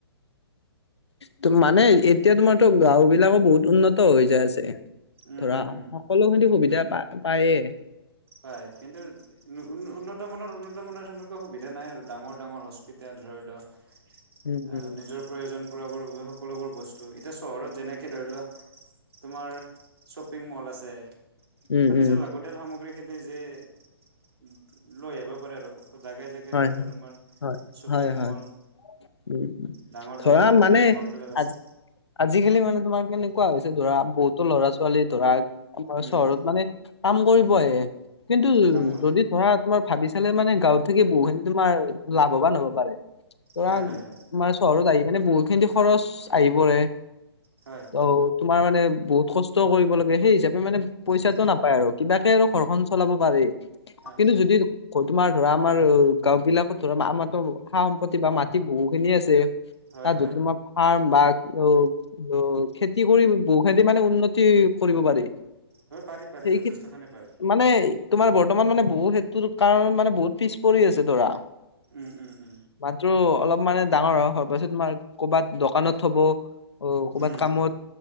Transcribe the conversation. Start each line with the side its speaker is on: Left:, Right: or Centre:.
Left: ত মানে এতিয়া তোমাৰতো গাওঁ বিলাকো বহুত উন্নত হৈ যায় আছে
Right: উম
Left: ধৰা
Right: উম উম
Left: সকলোখিনি সুবিধা পা পায়েই
Right: হয় কিন্তু উ উ উন্নতমানানৰ উন্নতমানানৰ সেনেকুৱা সুবিধা নাই আৰু ডাঙৰ ডাঙৰ হস্পিতেল ধৰি লওঁক
Left: উম
Right: আহ
Left: উম
Right: নিজৰ প্ৰয়োজন পূৰাৰ বাবে সকলোবোৰ বস্তু এতিয়া চহৰত যেনেকে ধৰি লোৱা তোমাৰ শ্বপিং মল আছে
Left: উম
Right: অ নিজৰ
Left: উম
Right: লাগতিয়াল সামগ্ৰী খিনি যে লৈ আহিব পাৰে আৰু জেগাই জেগাই
Left: হয়
Right: ধৰি লোৱা
Left: হয়
Right: তোমাৰ
Left: হয়
Right: শ্বপিং
Left: হয় হয়
Right: মল
Left: উম,
Right: ডাঙৰ
Left: ধৰা
Right: ডাঙৰ
Left: মানে
Right: মহল বিলাক আছে
Left: আ আজিকালি মানে তোমাৰ কেনেকুৱা হৈছে ধৰা বহুতো ল'ৰা ছোৱালী ধৰা আমাৰ
Right: উম
Left: চহৰত মানে কাম কৰিব আহে কিন্তু
Right: কাম কৰিব
Left: যদি ধৰা তোমাৰ ভাবি চালে মানে গাঁৱত থাকি বহু খিনি তোমাৰ লাভৱান হ'ব পাৰে ধৰা
Right: হয়
Left: তোমাৰ
Right: হয় হয়
Left: চহৰত আহি কেনে বহুত খিনি খৰচ আহি পৰে
Right: হয়।
Left: অ', তোমাৰ মানে বহুত কষ্ট কৰিব লাগে সেই হিচাপে মানে পইচাটো
Right: উম
Left: নাপায় আৰু কিবাকে আৰু ঘৰখন চলাব পাৰি
Right: অ
Left: কিন্তু যদি ‌ হয় তোমাৰ ধৰা আমাৰ গাঁও বিলাকত ধৰ আমাৰতো সা সম্পত্তি বা মাটি বহু খিনি আছে
Right: হয়
Left: তাত
Right: হয়
Left: দুদিন মান ফাৰ্ম বা অ', তো খেতি কৰি বহু খেতি মানে উন্নতি কৰিব পাৰি।
Right: হয় পাৰি পাৰি
Left: সেইখিনি
Right: যথেষ্টখিনি পাৰে
Left: মানে তোমাৰ বৰ্তমান মানে বহুত সেইটোৰ কাৰণ মানে বহুত পিছ পৰি আছে ধৰা
Right: উম, উম, উম।
Left: মাত্ৰ অলপ মানে ডাঙৰ হ হোৱাৰ পাছত তোমাৰ কৰবাত দোকানত থ'ব অ', ক'বাত
Right: উম
Left: কামত